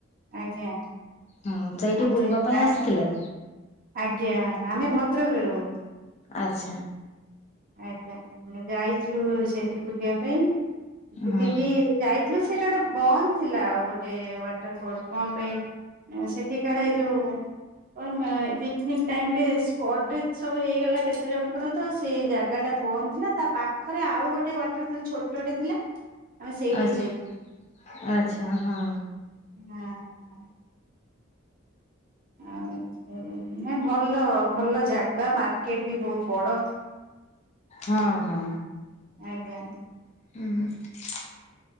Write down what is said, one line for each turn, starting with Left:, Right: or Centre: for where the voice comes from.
Right: ଆଜ୍ଞା
Left: ହୁଁ ସେଇଠି
Right: ଆମେ
Left: ବୁଲିବା
Right: ଯାଏ
Left: ପାଇଁ ଆସିଥିଲେ।
Right: ଆଜ୍ଞା ଆମେ ଭଦ୍ରକରେ ରହୁ।
Left: ଆଚ୍ଛା
Right: ଆଜ୍ଞା ଆମେ ଯାଇଥିଲୁ ସେଠି ବୁଲିବା ପାଇଁ ବୁଲିକି
Left: ହଁ
Right: ଯାଇଥିଲୁ ସେଇଟା ଗୋଟେ ବନ୍ଦ ଥିଲା ଆଉ ଗୋଟେ ୱାଟର ଫଲ କଣ ପାଇଁ ସେଠି କଳେ ଯୋଉ କଣ ପାଇଁ ପିକ୍ନିକ୍ ଟାଇମ୍ ରେ ସ୍ପଟ୍ ଡେ ସବୁ ହେଇଗଲା କେତେ ଜଣଙ୍କର ତ ସେଇ ଜାଗା ଟା ବନ୍ଧ ଥିଲା ତା ପାଖ ଖରେ ଆଉ ଗୋଟେ ୱାଟରଫଲ ଛୋଟଟେ ଥିଲା। ଆମେ ସେଇଠିକି
Left: ଆଛ
Right: ଯାଇଥିଲୁ।
Left: ଆଚ୍ଛା ହଁ।
Right: ହଁ। ଆଉ ନାଇଁ ଭଲ ଭଲ ଜାଗା ମାର୍କେଟ ବି ବହୁତ ବଡ
Left: ହଁ ହଁ।
Right: ଆଜ୍ଞା।
Left: ହୁଁ।